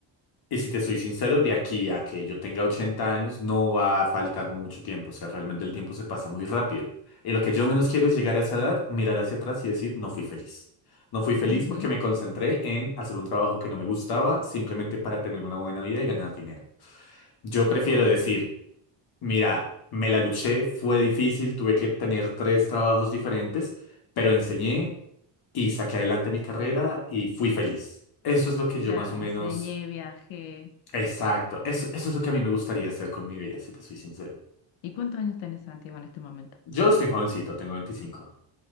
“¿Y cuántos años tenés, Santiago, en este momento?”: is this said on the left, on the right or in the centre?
Left